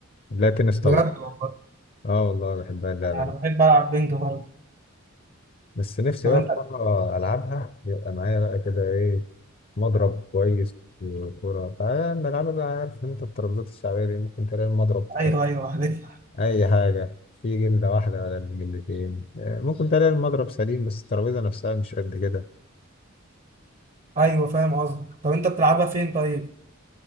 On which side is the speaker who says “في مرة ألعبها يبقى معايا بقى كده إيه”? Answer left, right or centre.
Left